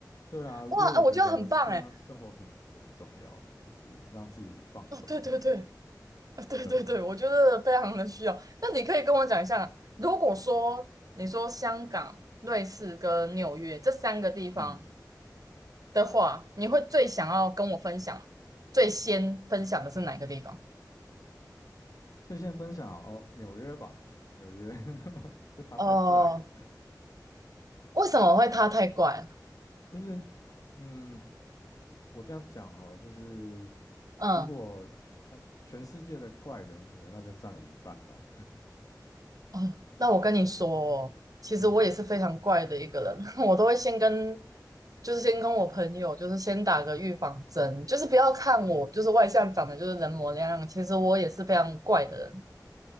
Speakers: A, on the left; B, on the right.
A: 对啊，因为我觉得这样生活品质很重要，
B: 哇，啊我觉得很棒哎。
A: 就是让自己放松这样。
B: 哦，对对对，啊对对对，
A: 对，
B: 我觉得非常的需要。那你可以跟我讲一下，如果说你说香港、瑞士跟纽约这三个地方
A: 嗯，
B: 的话，你会最想要跟我分享，最先分享的是哪个地方？
A: 最先分享哦，纽约吧，纽约，<laughs> 就它太怪了，
B: 哦，为什么会他太怪？
A: 就是嗯，我我这样讲好了就是
B: 嗯。
A: 如果。反全世界的怪人可能那边占了一半吧，
B: 哦，那我跟你说哦其实我也是非常怪的一个人，
A: 嗯，
B: <laughs> 我都会先跟，就是先跟我朋友，就是先打个预防针，就是不要看我，就是外向长得就是人模人样，其实我也是非常怪的人。